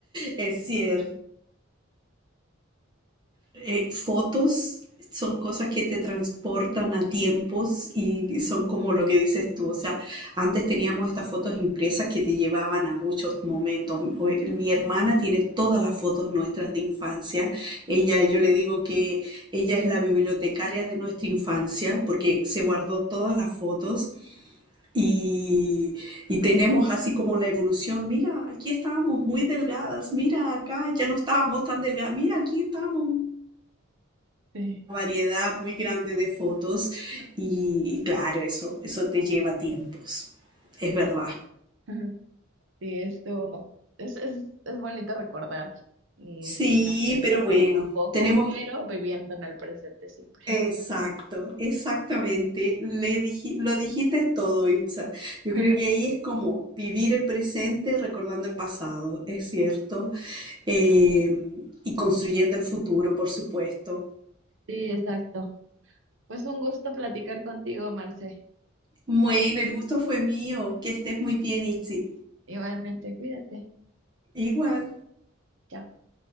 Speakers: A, on the right; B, on the right.
A: es cierto. eh, fotos son cosas que te transportan a tiempos y son como lo que dices tú. O sea, antes teníamos estas fotos impresas que te llevaban a muchos momentos. Hoy- Mi hermana tiene todas las fotos nuestras de infancia. Ella, yo le digo que ella es la bibliotecaria de nuestra infancia porque se guardó todas las fotos y, y tenemos así como la evolución. Mira, aquí estábamos muy delgadas. Mira, acá ya no estábamos tan delgadas. Mira, aquí estábamos
B: Sí,
A: variedad muy grande de fotos y, y claro, eso, eso te lleva tiempos, es verdad.
B: Ajá. sí, esto es, es, es bonito recordar y
A: Sí,
B: ver hacia el
A: pero
B: pasado
A: bueno,
B: un poco,
A: tenemos...
B: pero viviendo en el presente siempre.
A: Exacto, exactamente. Le diji- lo dijiste todo, Itza. Yo
B: <laughs>
A: creo que ahí es como vivir el presente recordando el pasado, es cierto, eh, y construyendo el futuro, por supuesto.
B: Sí, exacto. Pues un gusto platicar contigo, Marce.
A: Bueno, el gusto fue mío. Que estés muy bien, Itzi.
B: Igualmente, cuídate.
A: Igual.
B: Chao.